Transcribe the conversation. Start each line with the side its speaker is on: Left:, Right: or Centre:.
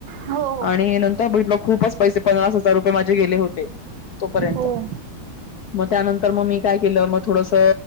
Right: हो हो. हो हो हो
Left: आणि
Right: हो
Left: नंतर भेटल खूपच पैसे पन्नास हजार रुपये माझे गेले होते तोपर्यंत.
Right: हो
Left: मग त्यानंतर मग मी काय केलं मग थोडस